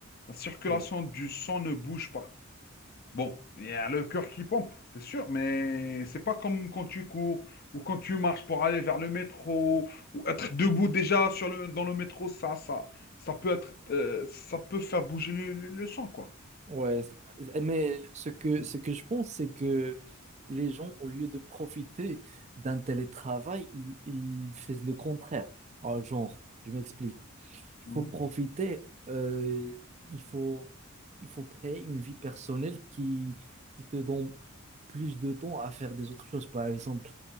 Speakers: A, on the left; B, on the right.
A: La circulation
B: ouais.
A: du sang ne bouge pas. Bon, il y a le cœur qui pompe, c'est sûr, mais c'est pas comme quand tu cours ou quand tu marches pour aller vers le métro ou être debout déjà sur le, dans le métro, ça, ça, ça peut être, euh, ça peut faire bouger le, le- le sang, quoi.
B: Ouais, ça- mais ce que,
A: Mhm.
B: ce que je pense, c'est que les gens, au lieu de profiter d'un télétravail, ils, ils font le contraire. Alors, genre, je m'explique. Il
A: Mhm.
B: faut profiter, euh, il faut, il faut créer une vie personnelle qui, qui te donne plus de temps à faire des autres choses. Par exemple,